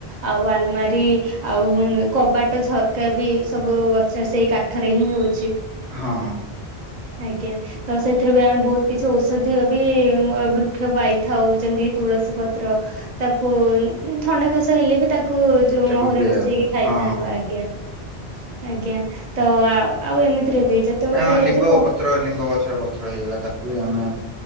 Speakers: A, on the right; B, on the right.
A: ଆଉ ଆଲମାରି ଆଉ କବାଟ ଝରକା ବି ସବୁ ସେଇ କାଠରେ ହିଁ ହଉ
B: ହଁ।
A: ଆଜ୍ଞା ତ ସେଥିରେ ବି ଆମେ ବହୁତ କିଛି ଔଷଧୀୟ ବି ବୃକ୍ଷ ପାଇଥାଉ ଯେମିତିକ ତୁଳସୀ ପତ୍ର ତାକୁ ଥଣ୍ଡା କାସ ହେଲେ ବି ତା ତା କୁ ଯୋଉ
B: ତାକୁ
A: ମହୁ
B: ପିଆନ୍ତୁ
A: ରେ ମିଶେଇକି ଖାଇଥାନ୍ତୁ
B: ହଁ ହଁ।
A: ଆଜ୍ଞା। ଆଜ୍ଞା ତ ଆଉ ଏମିତିରେ ବି ଯେତେବେଳେ
B: ହଁ ଲିମ୍ବ
A: ଯୋଉ କ
B: ପତ୍ର ଲିମ୍ବ ଗଛର ପତ୍ର ହେଇଗଲା ତାକୁ ବି ଆମେ